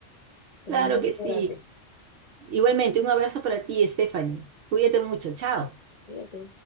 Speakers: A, on the left; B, on the right.
A: Te
B: Claro
A: mando un
B: que
A: beso
B: sí.
A: grande.
B: Igualmente, un abrazo para ti, Stephanie. Cuídate mucho. Chao.
A: Cuídate.